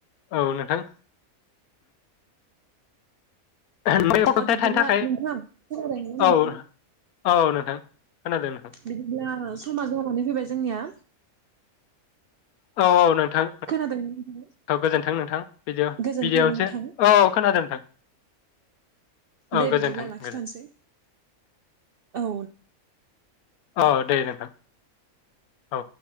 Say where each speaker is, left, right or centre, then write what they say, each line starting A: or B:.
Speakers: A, on the left (about 80°); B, on the right (about 70°).
A: औ नोंथां ओमफ्राय गथ'थाय
B: औ बिदिब्ला
A: थानो थाखाय
B: नोंथां खोनादोंना नोंथां?
A: औ औ नोंथां खोनादों नोंथां
B: बिदिब्ला समा जानानै फैबाय जोंनिया
A: औ औ नों थां
B: खोनादोंना नोंथाङा
A: गोजोन्थों नोंथां बिदि
B: गोजोनथों
A: बिदियावनोसो
B: नोंथां
A: औ खोनादों नोंथां औ
B: दे
A: गोजोन्थों
B: बिदिब्ला लाखिथ'नोसै।
A: गोजोन
B: औ
A: अ दे नोंथां औ